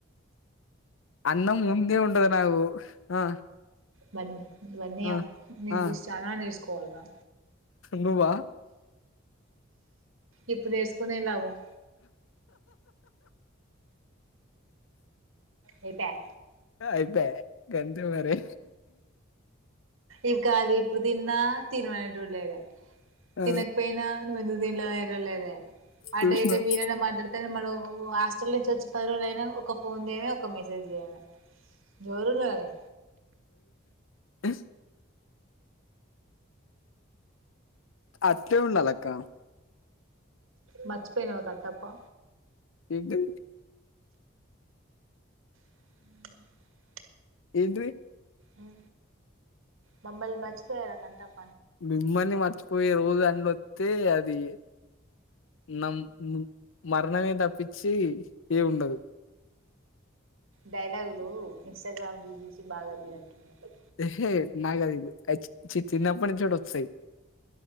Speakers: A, on the left; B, on the right.
A: అన్నం ముందే ఉంటది నాకు ఆ
B: బంద్ ఇవన్నియా
A: ఆ!
B: నిన్
A: ఆ!
B: చూసి చనా నేర్చు కొల్ దా
A: నువ్వా
B: ఇప్పుడు నేర్చకోని ఏమ్ లాభం అయిపాయ్
A: ఆ అయిపాయ్ గన్ ఉ మరీ
B: ఇంకా అది ఇప్పుడు తిన్నా తినమనేట్లేడు
A: ఆ!
B: తినకపోయినా నువ్వెందుకు తీనమనేట్లేడ <unintelligible> అటే
A: చూసినావు.
B: ఇటే మీరన్న మాట్లాడితే మడొ హాస్టల్ నుంచి వచ్చి పది రోజులు అయినా ఒక ఫోన్ చేయన ఒక మెసేజ్ చేయల వొరున్నారు
A: అ అట్లే ఉండాలక్క
B: మర్చి పోయినావా కట్టప్పా
A: ఎంటి
B: ఆహ
A: ఏంటి
B: ఆ మమ్మల్ని మర్చిపోయావా కట్టప్
A: మిమల్ని మా పోయే రోజు అన్న వత్తే అది నం మరణమే తప్పించి ఏం ఉండదు
B: డైలాగ్లు ఇన్స్టాగ్రామ్ లో చూసి బాగా అబ్బినట్టున్నాయిలే
A: ఏహే నాకది చి చిన్నప్పటి నుంచి కూడ వస్తాయి